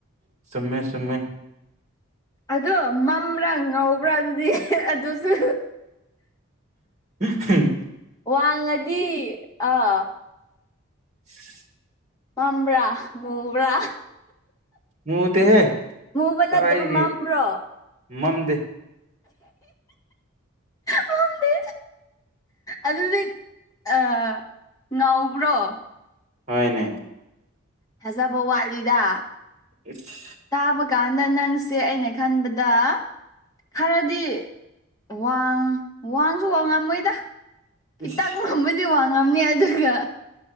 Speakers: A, on the right (about 35°); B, on the left (about 15°).
A: ꯁꯃꯦ ꯁꯃꯦ
B: ꯑꯗꯣ ꯃꯝꯕ꯭ꯔꯥ ꯉꯕ꯭ꯔꯥ ꯑꯗꯨꯗꯤ ꯑꯗꯨꯁꯨ
A: ꯎ ꯎꯝ
B: ꯋꯥꯉꯗꯤ ꯑꯥ
A: ꯎ
B: ꯃꯝꯕ꯭ꯔꯥ ꯃꯨꯕ꯭ꯔꯥ
A: ꯃꯨꯇꯦꯍꯦ
B: ꯃꯨꯕ
A: ꯀꯥꯏꯒꯦ
B: ꯅꯠꯇꯕ ꯃꯝꯕ꯭ꯔꯣ
A: ꯃꯝꯗꯦ <unintelligible>
B: ꯃꯝꯗꯦ ꯑꯗꯨꯗꯤ ꯑ ꯉꯥꯎꯕ꯭ꯔꯣ
A: ꯍꯅꯦ
B: ꯊꯥꯖꯕ ꯋꯥꯠꯂꯤꯗ
A: ꯏꯁ
B: ꯇꯥꯕ ꯀꯥꯟꯗ ꯅꯪꯁꯦ ꯑꯩꯅ ꯈꯟꯕꯗ ꯈꯔꯗꯤ ꯋꯥꯡ ꯋꯥꯡꯁꯨ ꯋꯥ ꯉꯝꯃꯣꯏꯗ ꯈꯤꯇꯪ
A: ꯏꯁ
B: ꯉꯃꯗꯤ ꯋꯥꯉꯝꯅꯤ ꯑꯗꯨꯒ